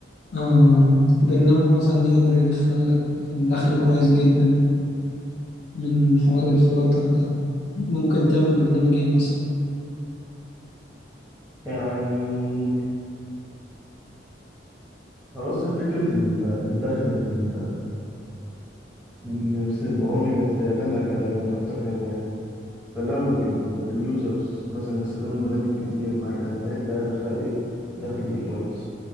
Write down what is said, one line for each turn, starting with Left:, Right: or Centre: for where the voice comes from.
Left: آه برنامج مثلا يقدر يدخل لك دخل كويس جدا من حوار الفلاتر ده ممكن تعمل برنامج ايه مثلا
Centre: يعني هو اصلا فكره ال- الدخل من ال- من مثلا البرامج بتعتمد على الاعلانات اكتر حاجه فلو ال- اليوزرز مثلا استخدموا البرنامج كتير مع الاعلانات ده دخل ايه دخل ايه كويس